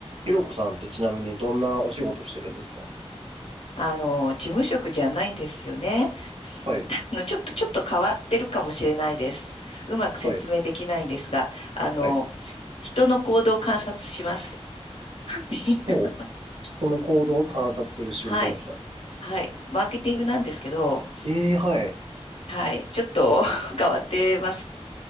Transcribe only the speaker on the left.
あの、事務職じゃないんですよね。
あの、ちょっと、ちょっと変わってるかもしれないです。うまく説明できないんですが、
あの、
人の行動を観察します。<laughs>
はい。はい。マーケティングなんですけど、
はい。ちょっと <laughs> 変わってます。